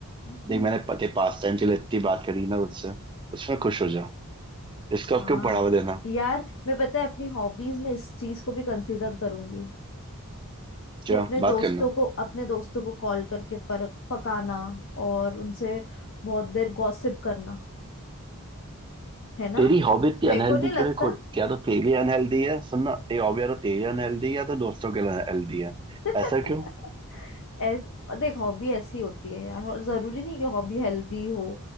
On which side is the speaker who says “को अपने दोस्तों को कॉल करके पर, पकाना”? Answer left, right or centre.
Left